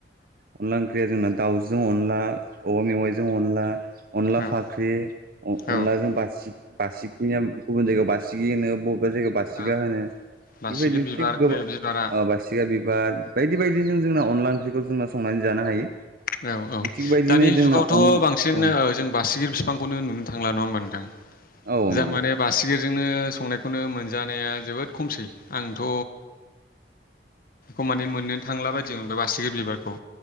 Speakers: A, on the right; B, on the left.
A: अनला ओंख्रिया जोंना- दाउजों अनला औवा मेवाइजों अनला- अनला
B: औ
A: फाख्रि अनलाजों
B: औ
A: बासि- बासिखि गुबुन जायगायाव बासिगि- बबेबा जायगायाव बासिगा
B: औ
A: होनो
B: बासिगिर
A: बेबायदिनो
B: बिबार
A: थिग गोबां
B: बे बिबारा
A: बासिगा बिबार- बायदि बायदि जों जोंना अनला ओंख्रिखौ जोंना संनानै जानो हायो।
B: औ औ
A: थिग बायदिनो
B: दानि जुगावथ'
A: जोंना अन
B: बांसिन
A: औ
B: जों बासिगि बिफांखौ नुनो थांला नङा होनबा नोंथां।
A: औ
B: जा
A: नंगौ
B: माने बासिगि- <inaudible> संनायखौनो मोनजानाया जोबोत खमसै आंथ' मोननो थांला बादि मोनो बासिगि बिबार